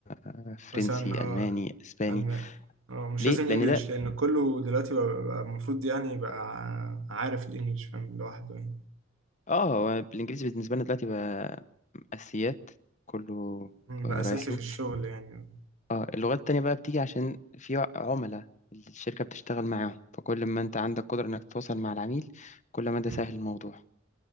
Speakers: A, on the left; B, on the right.
A: آه، فرنسي
B: مثلا اه
A: ألماني إسباني
B: الم... اه مش
A: ليه؟
B: لازم انجليش
A: لأن ده
B: لان كله دلوقتي بقى بقى المفروض يعني يبقى عارف الانجليش فاهم لوحده يعني
A: آه هو الإنجليزي بالنسبة لنا دلوقتي بقى أساسيات كله
B: مم،
A: آه،
B: بقى
A: رايح
B: اساسي
A: له
B: في الشغل يعني
A: آه اللغات التانية بقى بتيجي عشان في عملاء الشركة بتشتغل معاهم فكل ما أنت عندك قدرة إنك تتواصل مع العميل كل ما ده
B: مم.
A: سهل الموضوع